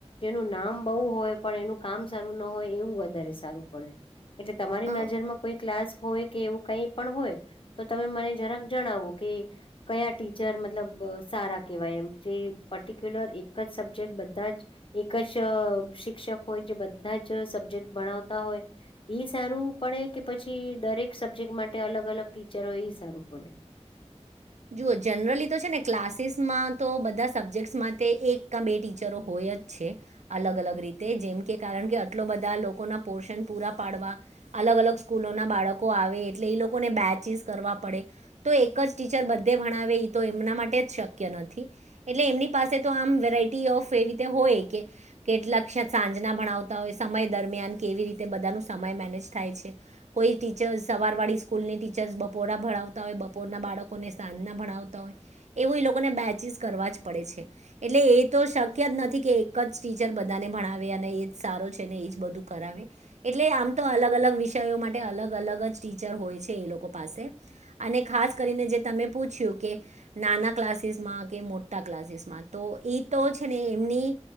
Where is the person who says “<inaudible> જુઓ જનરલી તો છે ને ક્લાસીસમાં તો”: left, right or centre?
Right